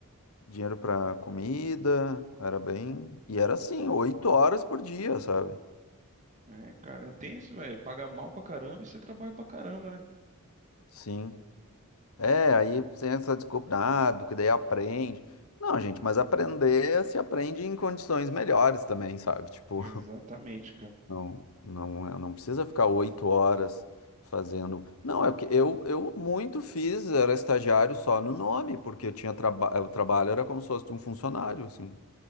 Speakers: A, on the left; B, on the right.
A: dinheiro pra comida, era bem.
B: Uhum.
A: E era assim, oito horas por dia, sabe?
B: É, cara, é tenso, velho. Paga mal pra caramba e você trabalha pra caramba, né?
A: Sim. É, aí tem essa desculpa, ah, porque daí aprende. Não, gente, mas aprender se aprende em condições melhores também, sabe? Tipo.
B: <laughs> Exatamente, cara.
A: Não, não, é, não precisa ficar oito horas fazendo. Não, é porque eu, eu muito fiz, era estagiário só no nome, porque eu tinha traba... eh, o trabalho era como se fosse um funcionário, assim.